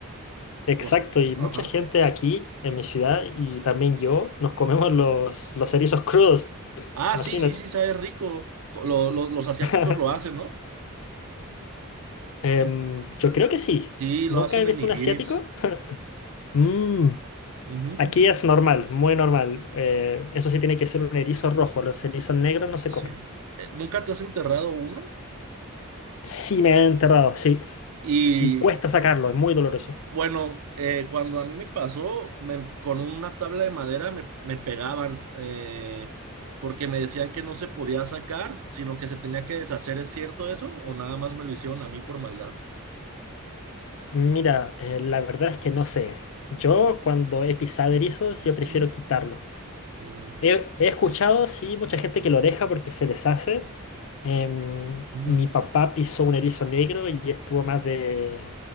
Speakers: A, on the left; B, on the right.
A: Exacto,
B: Los,
A: y mucha
B: ajá.
A: gente aquí en mi ciudad y también yo nos comemos los, los erizos crudos.
B: Ah,
A: Imagínate.
B: sí, sí, sí, sabe rico. Co- lo- lo- los asiáticos
A: <laughs>
B: lo hacen, ¿no?
A: Em, yo creo que sí.
B: Sí, lo
A: Nunca
B: hacen
A: he visto
B: en nigiris.
A: un asiático. <laughs> Mm,
B: Ujú,
A: aquí
B: ujú.
A: es normal, muy normal. Eh, eso sí tiene que ser un erizo rojo. Los erizos negros no se comen.
B: Sí. Eh, ¿Nunca te has enterrado uno?
A: Sí, me he enterrado, sí.
B: Y
A: y cuesta sacarlo, es muy doloroso.
B: bueno, eh, cuando a mí me pasó, me- con una tabla de madera me, me pegaban eh, porque me decían que no se podía sacar, sino que se tenía que deshacer. ¿Es cierto eso? ¿O nada más me lo hicieron a mí por maldad?
A: Mira, eh, la verdad es que no sé. Yo
B: Mm,
A: cuando he pisado erizos, yo prefiero
B: ujú,
A: quitarlo.
B: mm,
A: He, he escuchado, sí, mucha gente que lo deja porque se deshace. Em,
B: ujú.
A: mi papá pisó un erizo negro y estuvo más de